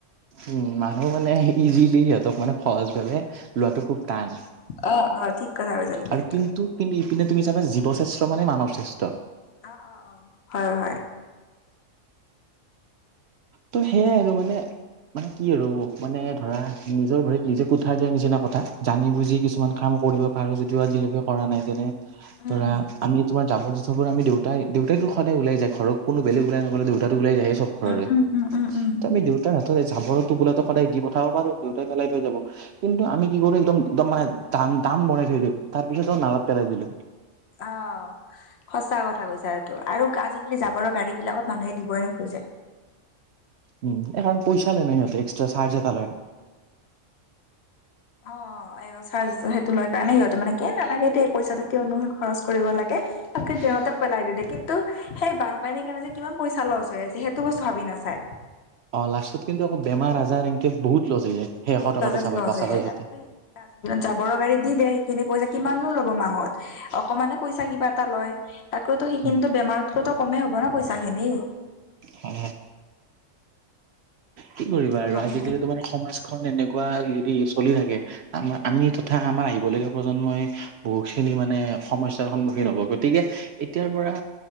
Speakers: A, on the right; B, on the left.
A: উম, মানুহ মানে ইজিলি সিহঁতক মানে সহজ ভাৱে লোৱাটো খুব কাচ
B: অ অ ঠিক কথা কৈছা তুমি
A: আৰু
B: এইটো
A: কিন্ ন্তু কিন্তু ইপিনে তুমি চাবা জীৱশ্ৰেষ্ঠ মানে মানৱ শ্ৰেষ্ঠ।
B: অঁ, অঁ অঁ। হয়, হয়।
A: ত' সেয়াই আৰু মানে মানে কি আৰু মানে ধৰা নিজৰ ভৰিত, নিজে কোঠাৰ দিয়াৰ নিচিনা কথা। জানি বুজি কিছুমান কাম কৰিব পাৰো যদিও আজিলৈকে কৰা নাই। যেনে
B: উম
A: ধৰা, আমি তোমাৰ যাবৰ - যুথ চবৰ আমি দেউতাই দেউইটো সদায় ওাই যায়। ঘৰত কোনো বেলেগ ওলাই নগলোঁ দেউতাটো ওলাই যায় চব ঘৰৰে।
B: উম উম উম
A: ত'
B: উম উম
A: আমি দেউতাৰ হাততে জাবৰ টোপোলাটো সদায় দি পঠাব পাৰো। দেউতাই পেলাই থৈ যাব। কিন্তু আমি দিব গ'লে একদম একদম মানে জাম, জাম বঢ়াই থৈ দিওঁ। তাৰপিছতে নালত পেলাই দিলোঁ।
B: অঁ সঁচা কথা কৈছা এইটো আৰু আজি - কালি জাবৰৰ গাড়ী বিলাকত মানুহে দিবই নোখোজে।
A: উম, এখন পইচা লয় না সিহঁতে এক্সটা চাৰ্জ এটা লয়।
B: অঁ অঁ, এট্ চাৰ্জ সেইটো লৈ কাৰণে সিহঁতে মানে কি নালাগে দে পইচাটো কিয়নো খৰচ কৰিব লাগে। পুককে জেৱাতে পলাই দিলে কিন্তু সেই বানপানীৰ কাৰনে যে কিমান পইচা লছ হৈ আছে সেইটোকো ভাবি নাচায়।
A: অঁ, লাষ্টত কিন্তু আক' বেমাৰ -আজাৰ এনেকে বহুত লছ হৈ যায়। সেই
B: বহুত
A: এশ টকাটো
B: লজাজ
A: চাব
B: লছ
A: বাচাব
B: হৈ যায়
A: যাওঁতে
B: তাত। জাবৰ গাড়ীত দি দেহি। সেইখিনি পইচা কিমানো লব মাহত অকমানে পইচা কিবা এটা লয় তাতকৈতো সেইখিনিতো
A: উম
B: বেমাৰ ততো কমেই হ'ব ন পইচা খিনি
A: অ কি কৰিবা
B: ঠিক
A: আৰু
B: কথা।
A: আজিকালি তোমাৰ সমাজখন এনেকুৱা যি টি চলি থাকে আমা আমি তথা আমাৰ আহিব লগগীয়া প্ৰজন্মই বহুত খিনি মানে সমস্যাৰ সন্মুখীন হব গতিকে এতিয়াৰ পৰা